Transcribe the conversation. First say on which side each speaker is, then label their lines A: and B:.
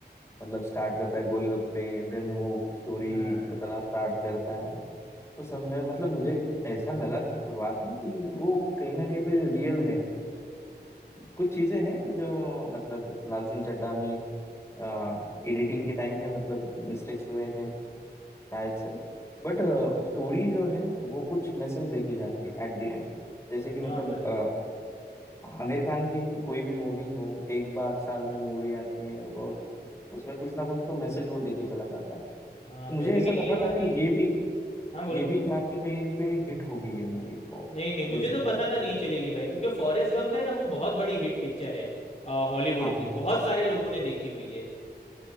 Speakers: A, on the left (about 15°); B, on the left (about 40°).
A: मतलब स्टार्ट करता है गोलगप्पे देन वो स्टोरी
B: हाँ
A: बताना स्टार्ट करता है तो समवेयर मतलब मुझे ऐसा लगा शुरुआत में कि वो कहीं ना कहीं पे रियल है कुछ चीजें हैं कि जो मतलब लाल सिंह चड्ढा में एडिटिंग के टाइम पे मतलब मिस्टेक्स हुए हैं शायद से बट स्टोरी जो है वो कुछ मैसेज लेके जाती है एट द एंड जैसे कि
B: हाँ
A: मतलब
B: भाई
A: अ, आमिर खान की एक- कोई भी मूवी हो एक बार साल में मूवी आती है और उसमें कुछ ना कुछ तो मैसेज वो देके चला जाता है तो
B: हाँ
A: मुझे
B: भाई लेकिन
A: ऐसा लगा
B: ये वाली
A: था कि ये भी
B: हाँ बोलो
A: ये भी
B: बोलो
A: जाके कहीं पे हिट होगी ये मूवी
B: नहीं नहीं मुझे
A: जैसे
B: तो
A: कि
B: पता था नहीं चलेगी भाई क्योंकि फॉरेस्ट गंप है ना वो बहुत बड़ी हिट पिक्चर है अ, हॉलीवुड
A: हाँ
B: की
A: हाँ,
B: बहुत सारे लोगों ने देखी हुई है